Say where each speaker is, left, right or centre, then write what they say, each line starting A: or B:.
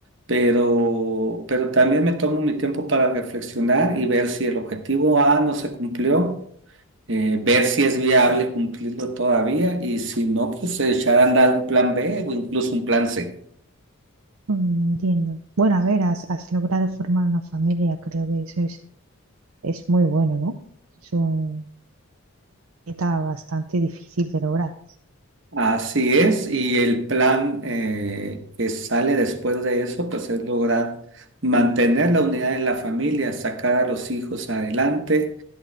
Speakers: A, on the right; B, on the right.
A: pero, pero también me tomo mi tiempo para reflexionar y ver si el objetivo A no se cumplió, eh, ver si es viable cumplirlo todavía y si no, pues echar a andar un plan B o incluso un plan C.
B: Mm, entiendo. Bueno, a ver, has, has logrado formar una familia, creo que eso es, es muy bueno, ¿no? Es una meta bastante difícil de lograr.
A: Así es, y el plan eh, que sale después de eso, pues es lograr mantener la unidad en la familia, sacar a los hijos adelante